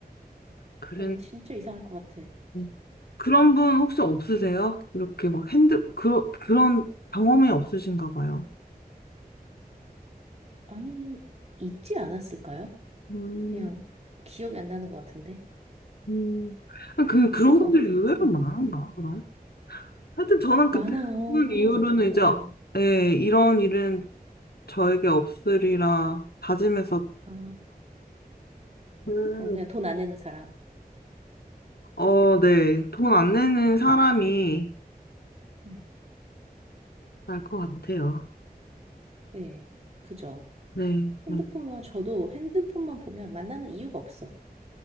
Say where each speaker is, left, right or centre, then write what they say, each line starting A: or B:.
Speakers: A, on the left (about 75°); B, on the right (about 40°).
A: 그랬
B: 맞아. 진짜 이상할 것 같아.
A: 음. 그런 분 혹시 없으세요? 이렇게 막 핸드, 그런, 그런 경험이 없으신가 봐요.
B: 아니, 있지 않았을까요?
A: 음,
B: 그냥 기억이 안 나는 것 같은데.
A: 음. 그,
B: 있을
A: 그런
B: 것
A: 분들이
B: 같아.
A: 의외로
B: 어,
A: 많은가,
B: 응.
A: 그럼? 하여튼 저는
B: 많아요.
A: 그때 그분
B: 정말
A: 이후로는
B: 많죠.
A: 이제,
B: 예.
A: 예, 이런 일은 저에게 없으리라 다짐했었어서,
B: 아,
A: 음,
B: 그럼 그냥 돈 안 내는 사람.
A: 어, 네. 돈 안 내는
B: 응.
A: 사람이
B: 네.
A: 날 것 같아요.
B: 네. 그죠.
A: 네, 네,
B: 핸드폰만, 저도 핸드폰만 보면 만나는 이유가 없어.